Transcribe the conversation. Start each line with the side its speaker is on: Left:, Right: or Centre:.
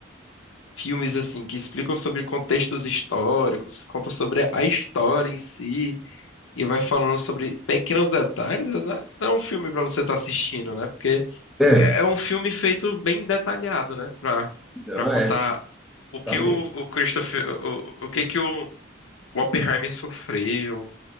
Left: filmes assim que explicam sobre contextos históricos, conta sobre a história em si e vai falando sobre pequenos detalhes, né? Não é um filme pra você estar assistindo, né? Porque
Centre: É,
Left: é é um filme feito bem detalhado, né? Pra
Centre: então
Left: para contar
Centre: é, justamente.
Left: o que o, o Christopher, o, o que que o, o Oppenheimer sofreu.